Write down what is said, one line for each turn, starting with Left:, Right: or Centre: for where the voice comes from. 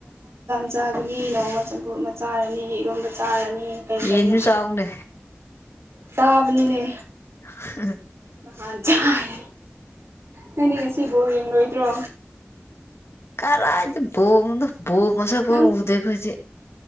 Right: ꯆꯥꯒꯅꯤ ꯅꯣꯡꯃ ꯆꯝ ꯑꯃ ꯆꯥꯔꯅꯤ ꯏꯔꯣꯟꯕ ꯆꯥꯔꯅꯤ ꯀꯩ ꯀꯩꯅꯣ
Left: ꯌꯦꯟꯁꯨ ꯆꯥꯎꯥꯅꯦ
Right: ꯆꯥꯕꯅꯤꯅꯦ
Left: <unintelligible>
Right: ꯅꯍꯥꯟ ꯆꯥꯏ ꯅꯪꯅꯤ ꯉꯁꯤꯐꯧ ꯌꯦꯡꯂꯣꯏꯗ꯭ꯔꯣ
Left: ꯀꯔꯗꯤ ꯄꯗ ꯕ ꯃꯁꯛꯄꯣ
Right: ꯅꯪ
Left: ꯎꯗꯈꯣꯏꯁꯦ